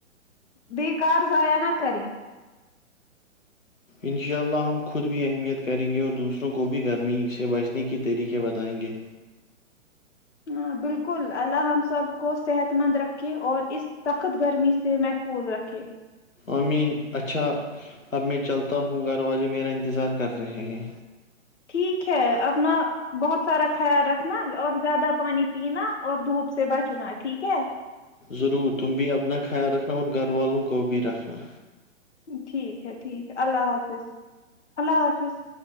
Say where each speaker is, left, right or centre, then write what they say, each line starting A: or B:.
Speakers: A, on the left (about 60°); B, on the left (about 80°).
A: بے کار ضائع نہ کریں
B: ان شاء اللہ ہم خود بھی اہمیت کریں گے اور دوسروں کو بھی گرمی سے بچنے کے طریقے بتائیں گے
A: ہ بالکل اللہ ہم سب کو صحت مند رکھے اور اس سخت گرمی سے محفوظ رکھے
B: امین اچھا اب میں چلتا ہوں گھر والے میرا انتظار کر رہے ہیں
A: ٹھیک ہے اپنا بہت سارا خیال رکھنا اور زیادہ پانی پینا اور دھوپ سے بچنا ٹھیک ہے
B: ضرور تم بھی اپنا خیال رکھنا اور گھر والوں کو بھی رکھنا
A: ٹھیک ہے ٹھیک ہے اللہ حافظ اللہ حافظ